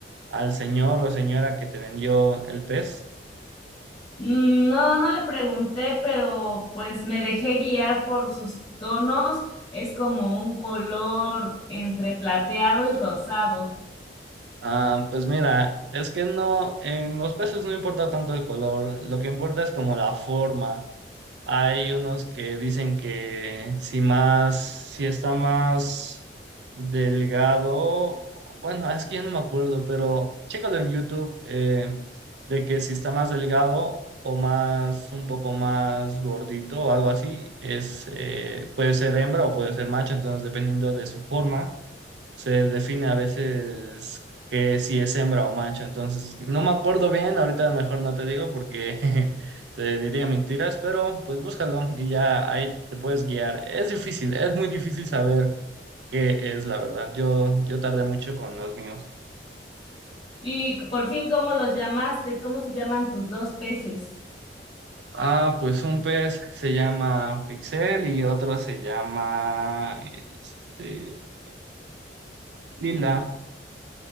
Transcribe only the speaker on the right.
al señor o señora que te vendió el pez.
Ah, pues mira, es que no, en los peces no importa tanto el color, lo que importa es como la forma. Hay unos que dicen que si más, si está más delgado, bueno, es que ya no me acuerdo, pero chécalo en YouTube, eh, de que si está más delgado o más, un poco más gordito o algo así, es, eh, puede ser hembra o puede ser macho, entonces dependiendo de su forma se define a veces que si es hembra o macho. Entonces, no me acuerdo bien, ahorita mejor no te digo porque <laughs> te diría mentiras, pero pues búscalo y ya ahí te puedes guiar. Es difícil, es muy difícil saber qué es la verdad. Yo, yo tardé mucho con los míos.
Ah, pues un pez se llama Pixel y otro se llama este, Lila.